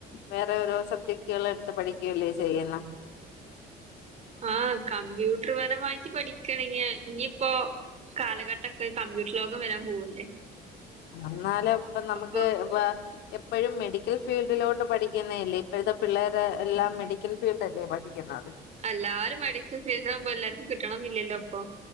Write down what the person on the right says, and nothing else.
ആഹ് കമ്പ്യൂട്ടർപരമായിട്ട് പഠിക്കണെങ്ങേ ഇനിയിപ്പോ കാലഘ ട്ടൊക്കെ കമ്പ്യൂട്ടർ ലോകം വരാൻ പോവല്ലേ
അപ്പൊ
എല്ലാരും മെഡിക്കൽ ഫീൽടാകുമ്പോ എല്ലാര്ക്കും കിട്ടണം എന്നില്ലല്ലോ ഇപ്പൊ